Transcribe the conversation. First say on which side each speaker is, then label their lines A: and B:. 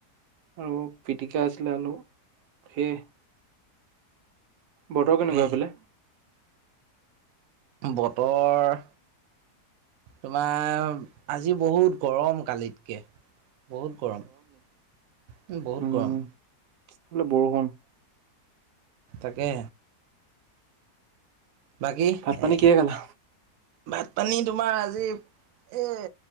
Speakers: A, on the right (about 85°); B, on the right (about 70°).
A: আৰু পিটিকা আছিলে আলু সেয়ে। বতৰ
B: তাকে
A: কেনেকুৱা সেইফালে?
B: বতৰ তোমাৰ আজি বহুত গৰম কালিতকে। বহুত গৰম- বহুত
A: উম,
B: গৰম।
A: এইফালে বৰষুণ।
B: তাকে। বাকী
A: ভাত পানী
B: এ?
A: কিহে খালা?
B: ভাত- পানী তোমাৰ আজি এই